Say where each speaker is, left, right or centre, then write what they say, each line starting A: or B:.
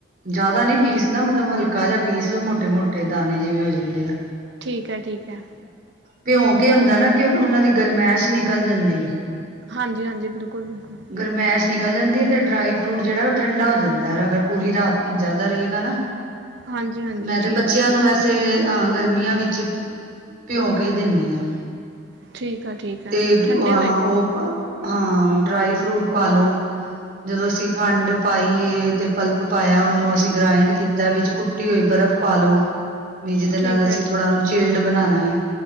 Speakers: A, on the right (about 50°); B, on the right (about 65°).
A: ਜਿਆਦਾ ਨੀ
B: ਠੀਕ
A: ਪੀਸਦਾ ਮਤਲਬ ਹਲਕਾ, ਕਾਾਜ਼ਾ ਪੀਸ ਲੋੋ ਮੋਟੇ-ਮੋਟੇ ਦਾਣੇ ਜਿਵੇਂ ਹੋ ਜਾਂਦੇ ਆ।
B: ਠੀਕ ਆ ਠੀਕ ਹੈ,
A: ਭਿਉਂਕ ਹੁੰਦਾ ਨਾ ਕਿ ਉਹਨਾਂ ਦੀ ਗਰਮੈਸ਼ ਨਿਕਲ ਜਾਂਦੀ ਹੈ।
B: ਹਾਂਜੀ-ਹਾਂਜੀ ਬਿਲਕੁਲ-ਬਿਲਕੁਲ,
A: ਗਰਮੈਸ਼ ਨਿਕਲ ਜਾਂਦੀ ਹੈ ਤੇ ਡਰਾਈ ਫਰੂਟ ਜਿਹੜਾ ਉਹ ਠੰਡਾ ਹੋ ਜਾਂਦਾ ਹੈ, ਅਗਰ ਪੂਰੀ ਰਾਤ ਭੀਜਾ ਦਾ ਰਹੇਗਾ ਨਾ।
B: ਹਾਂਜੀ ਹਾਂਜੀ
A: ਮੈਂ ਤੇ
B: ਠੀਕ
A: ਬੱਚਿਆਂ
B: ਆ ਠੀਕ
A: ਨੂੰ ਵੈਸੇ
B: ਆ
A: ਅ ਗਰਮੀਆਂ ਵਿੱਚ ਭਿਉਂ ਕੇ ਹੀ ਦਿੰਨੀ ਆ।
B: ਠੀਕ ਆ ਠੀਕ ਆ
A: ਤੇ ਅ
B: ਠੰਡੇ ਹੋ ਜਾਂਦੇ ਨਾ
A: ਉਹ, ਹਾਂ ਡਰਾਈ ਫਰੂਟ ਪਾ ਲੋ, ਜਦੋਂ ਅਸੀਂ ਖੰਡ ਪਾਈਏ ਤੇ ਪਲਪ ਪਾਇਆ, ਉਹਨੂੰ ਅਸੀਂ ਗ੍ਰਾਇੰਡ ਕੀਤਾ ਵਿੱਚ ਕੁੱਟੀ ਹੋਈ ਬਰਫ਼ ਪਾਲੋ । ਬੀ ਜਿਦੇ
B: ਠੀਕ
A: ਨਾਲ ਅਸੀਂ
B: ਹੈ
A: ਥੋੜਾ ਉਹਨੂੰ ਚਿਲਡ ਬਣਾਣਾ ਹੈ